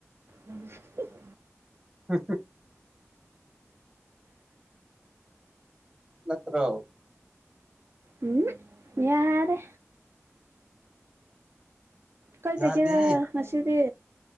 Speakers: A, on the right; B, on the right.
A: ꯎꯝ
B: <unintelligible> <inaudible> ꯅꯠꯇ꯭ꯔꯣ꯫
A: ꯎꯝ ꯌꯥꯔꯦ꯫ ꯀꯥꯏꯖꯒꯦꯔꯥ
B: ꯌꯥꯗꯦꯍꯦ
A: ꯉꯁꯤꯗꯤ꯫